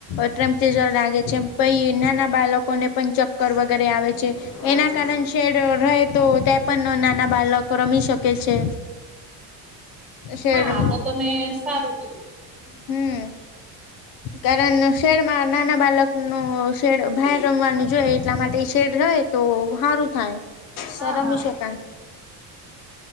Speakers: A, on the left; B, in the centre.
A: ટેમ્પરેચર લાગે છે પછ નાના બાળકોને પણ ચક્કર વગેરે આવે છે એના કારણે શેડ રહે તો તે પણ નાના બાળક રમી શકે છે શેડ
B: હા તો તમે સારુંટીી દોધ
A: હમ કારણ શેડમાં નાના બાળકનુંું શેડ બાર રમવાનું જોય એટલા માટે શેડ રહે તો સારું થાય ત્યાં
B: હા હા
A: રમી શકાય